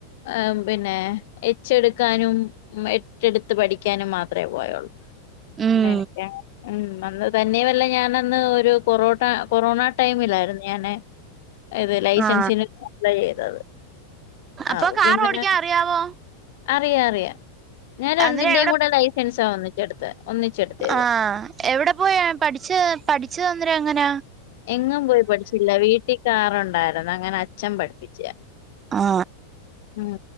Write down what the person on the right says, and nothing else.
ഉം
ആ
അപ്പൊ
കാർ
ഓടിക്കാൻ അറിയാവോ?
അന്നേരം എവിടെ
ആ എവിടെ പോയാ പഠിച്ചത് പഠിച്ചത് അന്നേരം എങ്ങന
ആ